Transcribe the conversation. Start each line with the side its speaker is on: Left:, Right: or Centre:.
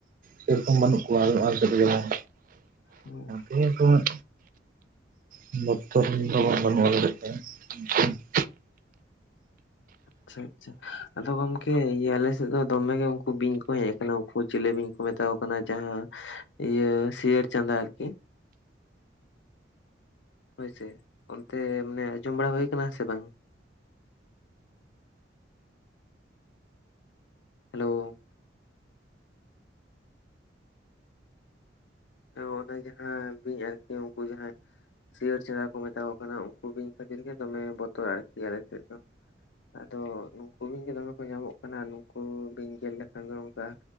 Right: ᱥᱮᱨᱚᱠᱚᱢ ᱵᱟᱹᱱᱩᱜ ᱠᱚᱣᱟ ᱟᱨ ᱟᱞᱮᱥᱮᱫ ᱫᱚ ᱡᱮᱢᱚᱱ
Left: ᱦᱩᱸ
Right: ᱤᱨ ᱠᱚᱦᱚ <unintelligible> ᱫᱚ ᱵᱟᱝ ᱵᱟᱹᱱᱩᱜᱼᱟ ᱟᱞᱮ ᱥᱮᱫ ᱫᱚ।
Left: ᱟᱪᱪᱷᱟ ᱟᱪᱪᱷᱟ ᱟᱫᱚ ᱜᱚᱝᱠᱮ ᱤᱭᱟᱹ ᱟᱞᱮᱥᱮᱫ ᱫᱚ ᱫᱚᱢᱮ ᱜᱮ ᱩᱱᱠᱩ ᱵᱤᱧ ᱠᱚ ᱦᱮᱡ ᱟᱠᱟᱱᱟ ᱩᱱᱠᱩ ᱪᱤᱞᱤ ᱵᱤᱧ ᱠᱚ ᱢᱮᱛᱟ ᱠᱚ? ᱚᱱᱟ ᱡᱟᱦᱟᱸ ᱤᱭᱟᱹ ᱥᱤᱭᱟᱹᱲ ᱪᱟᱸᱫᱟ ᱟᱨ ᱠᱤ। ᱦᱳᱭᱥᱮ ᱚᱱᱛᱮ ᱢᱟᱱᱮ ᱟᱸᱡᱚᱢ ᱵᱟᱲᱟ ᱦᱩᱭ ᱟᱠᱟᱱᱟ ᱥᱮ ᱵᱟᱝ? ᱦᱮᱞᱳ ᱚᱱᱮ ᱡᱟᱸᱦᱟ ᱵᱤᱧ ᱟᱨᱠᱤ ᱩᱱᱠᱩ ᱡᱟᱦᱟᱸ ᱥᱤᱭᱟᱹ <unintelligible> ᱠᱚ ᱢᱮᱛᱟ ᱠᱚ ᱠᱟᱱᱟ ᱩᱱᱠᱩ ᱵᱤᱧ ᱠᱷᱟᱹᱛᱤᱨ ᱜᱮ ᱫᱚᱢᱮ ᱵᱚᱛᱚᱨ ᱟᱨᱠᱤ ᱟᱞᱮ ᱥᱮᱫ ᱫᱚ। ᱟᱫᱚ ᱱᱩᱠᱩ ᱵᱤᱧ ᱜᱮ ᱫᱚᱢᱮ ᱠᱚ ᱧᱟᱢᱚᱜ ᱠᱟᱱᱟ ᱱᱩᱠᱩ ᱵᱤᱧ ᱜᱮᱨ ᱞᱮᱠᱷᱟᱱ ᱫᱚ ᱱᱚᱝᱠᱟ